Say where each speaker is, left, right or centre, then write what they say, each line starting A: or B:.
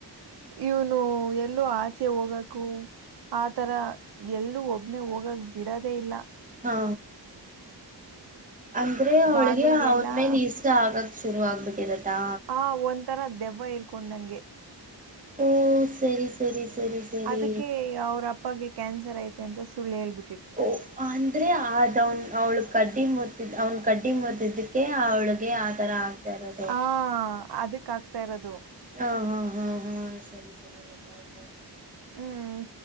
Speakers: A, on the right; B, on the right.
A: ಇವನು ಎಲ್ಲೋ ಆಚೆ ಹೋಗಕು ಆತರ ಎಲ್ಲೂ ಒಬನೆ ಹೋಗಾಗ ಬಿಡದೇ ಇಲ್ಲ
B: ಹಾ ಅಂದ್ರೆ ಅವಳಗೆ
A: ಬಾಗಿಲ್ಗೆಲ್ಲ
B: ಅವನ್ ಮೇಲೆ ಇಷ್ಟ ಆಗಕ್ ಶುರು ಆಗ್ಬಿಟ್ಟಿರತ್ತಾ
A: ಆ ಒಂಥರ ದೆವ್ವ ಇಡ್ಕೊಂಡ್ ನಂಗೆ
B: ಓ ಸರಿ ಸರಿ ಸರಿ
A: ಅದಕ್ಕೆ ಅವ್ರ ಅಪ್ಪಗೆ ಕ್ಯಾನ್ಸರ್ ಐತೆ ಅಂತ ಸುಳ್ಳು ಹೇಳ್ಬಿಟ್ಟು
B: ಓ ಅಂದ್ರೆ ಆದವನ್ ಅವ್ಳ ಕಡ್ಡಿ ಮುತಿದ್ ಅವ್ನ್ ಕಡ್ಡಿ ಮುರ್ತಿದ್ದಕ್ಕೆ ಅವಳಿಗೆ ಆ ತರ ಆ ರ
A: ಆ ಅದಕ್ ಆಗ್ತಾ ಇರೋದು
B: ಹ ಹಾ ಹಾ ಹಾ ಸರಿ ಸರಿ ಬಡಾಯದು
A: ಹ್ಮ್